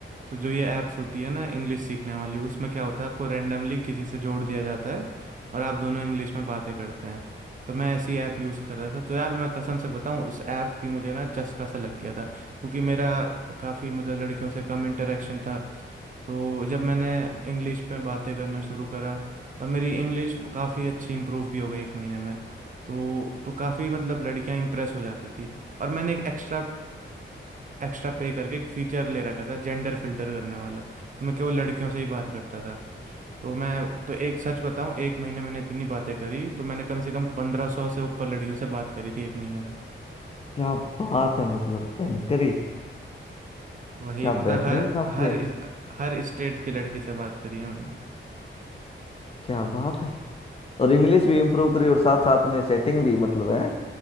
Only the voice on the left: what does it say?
क्या बात है मतलब बैंकरी
क्या
बेहतरीन
काम
किया
है
क्या बात है और इंग्लिश भी इम्प्रूव करी और साथ साथ में सेटिंग भी मतलब है